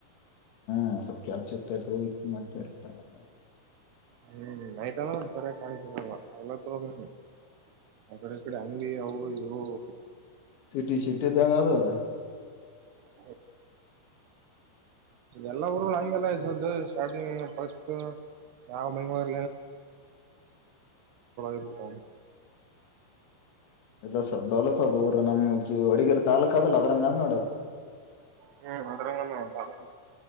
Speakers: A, on the left; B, on the right.
A: ಹಾ ಸಖ್ಯಷತ ಮತ್ತೆ <unintelligible>
B: ಹ್ಮ್ ನೈಟಾದ ನ ಸರಿಯ ಕಾಣ ಅಲ್ಲ ತೋ ಅ <unintelligible> ಈ ಕಡೇ ಅಂಗಡಿ ಅವು ಇವು <unintelligible>
A: ಸಿಿಟಿ ಸಿಟಿ ತಂಗತದು <unintelligible>
B: ಹೌ <unintelligible> ಎಲ್ಲಾ ಊರುಗಳು ಹಗೆಲ್ಲಸೋ ಸ್ಟಾರ್ಟಿಂಗ್ ಫಸ್ಟ್ ಯಾವ ಮಂಗ ಇತ
A: <inaudible> ಇಲ್ಲ ಸ್ವಲ್ ಡೆವಲಪ್ ಅ ಊರ ನಮ್ ಹೊಡಗೇರಿ ತಾಲೂಕ್ ಅದಲ್ಲ ಅದ್ರಂಗ ಅಂದ ನೋಡದು
B: ಹ್ಮ್ ಮದರ ತಳ